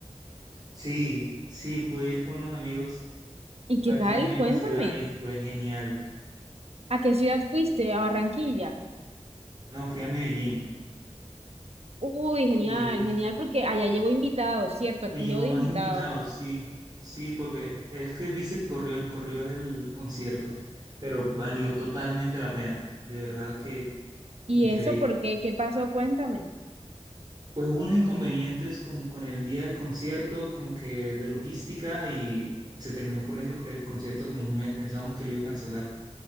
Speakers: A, on the right (about 40°); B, on the right (about 60°).
A: Sí, sí, pude ir con unos amigos,
B: ¿Y
A: fue
B: qué
A: aquí
B: tal?
A: en mi misma
B: Cuéntame.
A: ciudad y fue genial.
B: ¿A qué ciudad fuiste? ¿A Barranquilla?
A: No, fui a Medellín
B: Uy, genial,
A: y uf,
B: genial, porque allá llevo invitados, ¿cierto? ¿A
A: y
B: quién
A: llevo
B: llevo de
A: más
B: invitado?
A: invitados, sí, sí, porque es que viste que corrió el, corrió el concierto, pero valió totalmente la pena, de verdad que increíble.
B: ¿Y eso por qué? ¿Qué pasó? Cuéntame.
A: Pues hubo unos inconvenientes con, con el día del concierto, como que de logística, y se terminó corriendo el concierto como un mes. Pensábamos que lo iba a cancelar,